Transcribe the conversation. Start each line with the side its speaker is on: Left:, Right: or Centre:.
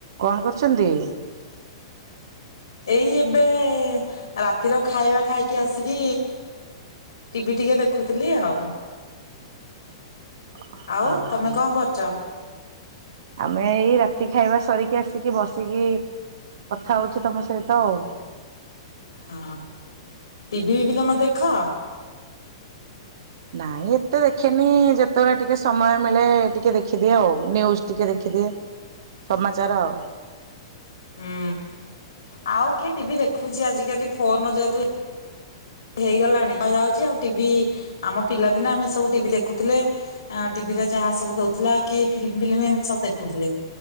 Right: କଣ କରୁଛନ୍ତି?
Left: ଏଇ ଏବେ ରାତିର ଖାଇବା ଖାଇକି ଆସିକି ଟିଭି ଟିକେ ଦେଖୁଥିଲି ଆଉ।
Right: <inaudible>
Left: ଆଉ
Right: ଓହୋ
Left: ତମେ କଣ କରୁଚ?
Right: ଆମେ ଏଇ ରାତି ଖାଇବା ସରିକି ଆସିକି ବସିକି କଥା ହଉଛି ତମ ସହିତ ଆଉ।
Left: ହଁ। ଟିଭି ଫିଭି ତମେ ଦେଖ?
Right: ନାଇଁ ଏତେ ଦେଖେନି। ଯେତେବେଳେ ଟିକେ ସମୟ ମିଳେ ଟିକେ ଦେଖିଦିଏ ଆଉ। ନିଉଜ୍ ଟିକେ ଦେଖିଦିଏ। ସମାଚାର ଆଉ।
Left: ହୁଁ। ଆଉ କିଏ ଟିଭି ଦେଖୁଛି ଆଜିିକାଲି ଫୋନ ଯେହେତୁ ହେଇଗଲାଣି ଯାଉଛି ଆଉ ଟିଭି ଆମ ପିଲାଦିନ ଆମେ ସବୁ ଟିଭି ଦେଖୁଥିଲେ। ଟିଭି ଟିଭି ରେ ଯାହା ସବୁ ଦଉଥିଲା କି ଫିଲ୍ମ ଫିଲ୍ମ ଏମିତି ସବୁ ଦେଖୁଥିଲେ।